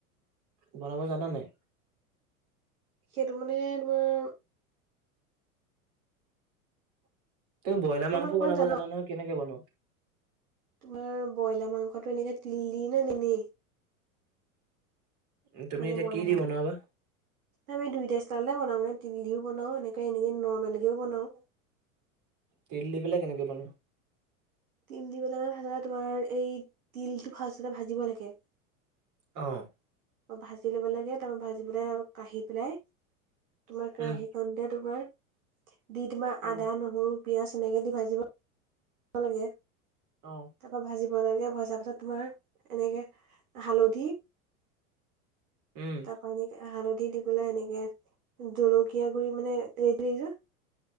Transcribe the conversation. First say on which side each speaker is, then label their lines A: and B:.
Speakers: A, on the right; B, on the right.
A: বনাব জানা নাই।
B: সেইটো মানে তোমাৰ
A: তুমি ব্ৰইলাৰ
B: অকমান
A: মাংস
B: অকমান
A: বনাব
B: জানো
A: জানা নহয় কেনেকে বনোৱা।
B: তোমাৰ ব্ৰইলাৰ মাংসটো এনেকে তিললি নে ননে
A: উম, তুমি
B: মানে
A: এতিয়া
B: ব্ৰইলাৰ
A: কি
B: আমাক
A: দি বনোৱা বা?
B: আমি দুইটা ষ্টালতে বনাওঁ মানে তিল দিও বনাও এনেকে এনেকে নৰ্মেল কেও বনাও।
A: তিল দি পেলাই কেনেকৈ বনোৱা।
B: তিল দিপেলাই মানে ভাল তোমাৰ এই তিলটো ফাৰ্ষ্টতে ভাজিব লাগে।
A: অঁ, '
B: ভাজি ল'ব লাগে তাৰ পৰা ভাজি পেলাই কাঢ়ি পেলাই। তোমাৰ কেৰাহি
A: উম,
B: খতে তোমাৰ দি তোমাৰ
A: উম,
B: আদা নোহৰু পিয়াজ এনেকে দি ভাজিব ভাজিব লাগে।
A: অ',
B: তাৰপৰা ভাজিব লাগে ভজাৰ তোমাৰ এনেকে হালধি
A: উ-ওম',
B: তাপা এনেকে হালধি দিব পালে এনেকে জলকীয়া গুৰি মানে ল লো।